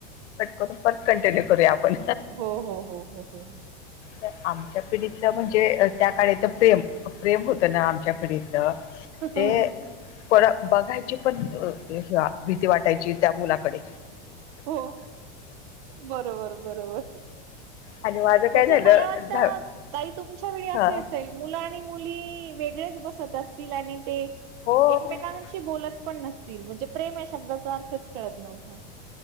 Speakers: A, on the left; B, on the right.
A: पण कंटिन्यू करूया आपण
B: हो हो हो हो हो.
A: तर आमच्या पिढीतला म्हणजे त्या काळी तर प्रेम प्रेम होत ना आमच्या पिढीत ते
B: हो.
A: कोणा बघायची पण भीती वाटायची त्या मुलाकडे
B: हो बरोबर बरोबर
A: आणि माझं काय
B: म्हणजे
A: झालं
B: मला वाटत
A: दहा-
B: काही तुमच्या वेळी असे
A: हा,
B: असेल मुलं आणि मुली वेगळेच बसत असतील आणि ते एकमेकां
A: हो
B: एकमेकांशी
A: कळत
B: बोलत पण म्हणजे प्रेम या शब्दाचा अर्थच कळत नव्हता